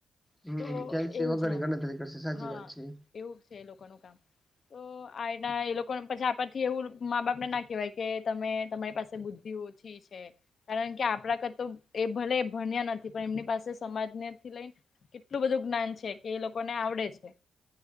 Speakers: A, in the centre; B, on the left (about 55°).
A: હમ્મ,
B: તો
A: કેલ્શિ
B: એવું
A: વગરે
B: છે
A: ગણતરી કરશે, સાચી
B: હા
A: વાત છે.
B: એવું છે એ લોકોનું કામ.
A: હ. <inaudible>
B: તો આયના એ લોકો પછી આપાથી એવું મા બાપને ના કહેવાય, કે તમે તમારી પાસે બુદ્ધિ ઓ છી છે. કારણ કે આપણા કરતો, એ ભલે ભણ્યા નથી, પણ એમની પાસે સમાજનેથી લઈને કેટલું બધું જ્ઞાન છે, કે એ લોકોને આવડે છે.